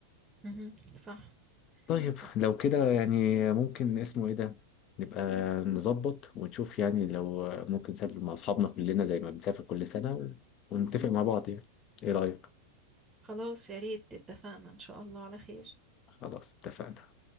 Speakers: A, on the right; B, on the left.
A: مهم. صح
B: طيب
A: أتفق
B: لو كده
A: معاك.
B: يعني ممكن اسمه ايه ده نبقى نظبط ونشوف يعني لو ممكن نسافر مع اصحابنا كلنا زي ما بنسافر كل سنة ونتفق مع بعض يعني ايه رأيك
A: خلاص يا ريت اتفقنا إن شاء الله على خير
B: خلاص اتفقنا